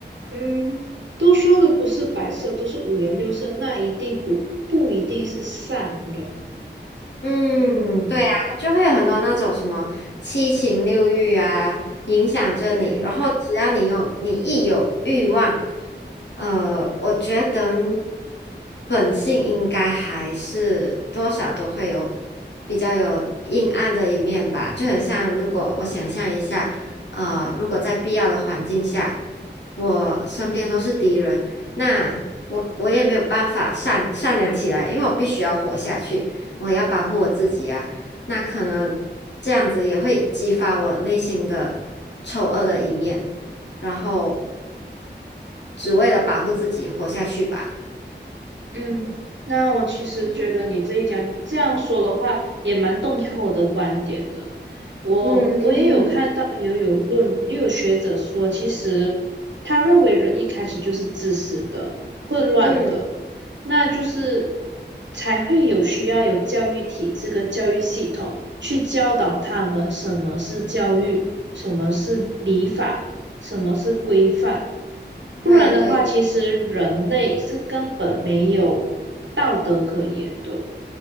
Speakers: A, on the right; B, on the left.
A: 嗯，都说的不是白色，都是五颜六色，那一定不不一定是善了，
B: 嗯，
A: 嗯，
B: 对啊，它就会有很多那种什么七情六欲啊，影响着你。
A: 对。
B: 然后只要你有，你一有欲望，呃，我觉得本性应该还是多少都会有比较有阴暗的一面吧。就很像，如果我想象一下，呃，如果在必要的环境下，我身边都是敌人，那我我也没有办法善善良起来，因为我必须要活下去。我要保护我自己啊，那可能这样子也会激发我内心的丑恶的一面，然后只为了保护自己活下去吧。
A: 嗯，那我其实觉得你这一讲这样说的话，也蛮动摇我的观点的。我我也有看到，
B: 嗯 <laughs>
A: 也有论，也有学者说，其实他认为人一开始就是自私的、混乱的，
B: 嗯，
A: 那就是才会有需要有教育体制跟教育系统去教导他们什么是教育，什么是礼法，什么是规范。不然的话，
B: 对对。
A: 其实人类是根本没有道德可言的。